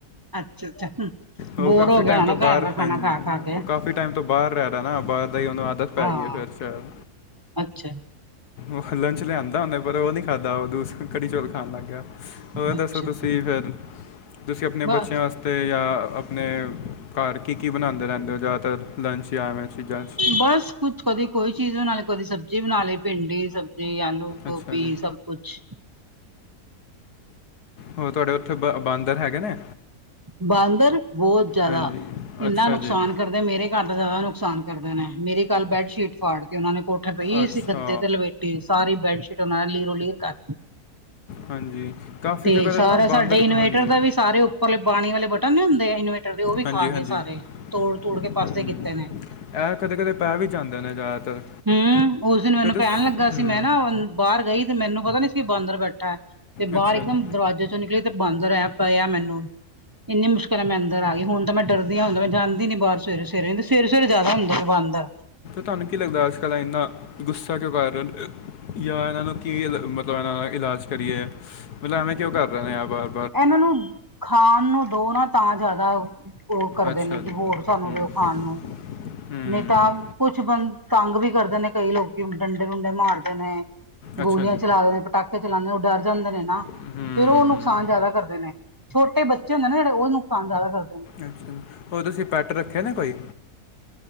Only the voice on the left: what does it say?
ਉਹ
ਕਾਫੀ
ਟਾਈਮ
ਤੋਂ
ਬਾਹਰ
ਹਾਂਜੀ,
ਉਹ ਕਾਫੀ ਟਾਈਮ ਤੋਂ ਬਾਹਰ ਰਹਿ ਰਾ ਨਾ ਬਾਹਰ ਦਾ ਹੀ ਉਹਨੂੰ ਆਦਤ ਪੈ
ਗਈ। ਫਿਰ ਸ਼ਾਇਦ
ਉਹ ਲੰਚ ਲਿਆਂਂਦਾ ਉਹਨੇ ਪਰ ਉਹ ਨਹੀ ਖਾਧਾ। ਉ ਦੁਸ ਕੜੀ-ਚੋਲ ਖਾਣ ਲੱਗ ਗਿਆ। ਹੋਰ ਦੱਸੋ
ਤੁਸੀ ਫੇਰ, ਤੁਸੀ ਆਪਨੇ
ਬੱਚੇਆਂ ਆਸਤੇ ਤੇ ਯਾ ਆਪਣੇ ਘਾੱਰ ਕੀ, ਕੀ ਬਨਾਂਨਦੇ ਰੈਂਦੇ ਓ, ਜੈਦਾਤਰ ਲੰਚ ਯਾਂ ਐਵੇਂ ਚੀਜ਼ਾਂ ਚ
ਅੱਛਾ ਜੀ
ਹੋ ਤੋਆਡੇ ਉੱਥੇ ਬ ਬਾਂਦਰ ਹੈਗੇ ਨੇ
ਹਾਂਜੀ
ਅੱਛਾ
ਜੀ
ਅੱਛਾ
ਹਾਂਜੀ ਕਾਫੀ
ਜਗ੍ਹਾ
ਨਾ
ਬਾਂਦਰ ਕ-
ਹਾਂਜੀ
ਹਾਂਜੀ ਹਾਂਜੀ
ਹੂੰ
ਇਹ ਕਦੇ ਕਦੇ ਪੈ ਵੀ ਜਾਂਦੇ ਨੇ ਜ਼ਿਆਦਾਤਰ
ਫਿਰ ਤਾਂ
ਸ-
ਹੂੰ
ਅੱਛਾ
ਜੀ
ਤੋਆਨ ਕੀ ਲੱਗਦਾ ਅੱਜ-ਕੱਲ ਏਨਾ ਗੁੱਸਾ ਕਯੋਂ ਕਾੱਰ ਰੇਓ, ਯਾ ਏਨਾਂ ਨੂੰ ਕੀ ਮਤਲਬ ਏਨਾਂ ਦਾ ਇਲਾਜ ਕਰੀਏ ਮਤਲਬ ਐਵੇਂ ਕਯੋਂ ਕਾੱਰ <unintelligible>
ਅੱਛਾ
ਜੀ
ਹੂੰ
ਹੂੰ
ਅੱਛਾ ਜੀ
ਹੂੰ
ਅੱਛਾ, ਹੋਰ ਤੁਸੀ ਪਾਟ ਰੱਖੇ ਨੇ ਕੋਈ